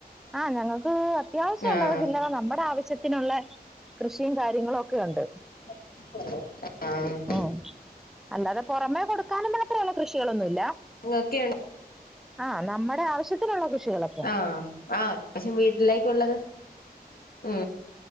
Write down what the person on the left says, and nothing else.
ആഹ്
ആഹ
ഇങ്ങ ക്കെ
ആഹ ആ അത്യാവശ്യം വീട്ടിലേക്കുള്ളത് ഉ